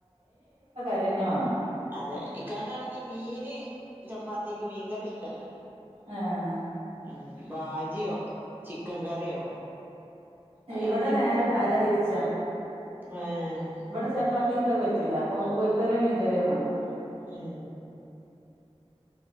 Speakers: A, on the right; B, on the right.
A: <unintelligible> വാണം
B: അതെ ഇക്കാക്കാണെങ്കി മീന് ചപ്പാത്തിക്ക് മീൻകറി ഇഷ്ടല്ല
A: ആഹ്
B: ഉം ബാജിയോ ചിക്കൻ കറിയോ അങ്ങനെ
A: ഇവിടെ
B: എന്തെങ്കിലുമൊക്കെ
A: നേരെ തല
B: വേണം
A: തിരിച്ചാ
B: ഏഹ്
A: ഇവിടെ ചപ്പാത്തിക്ക പറ്റ റ്റൂല കോഴിക്കറിയോ മീൻകറിയോ വാണം
B: ഏ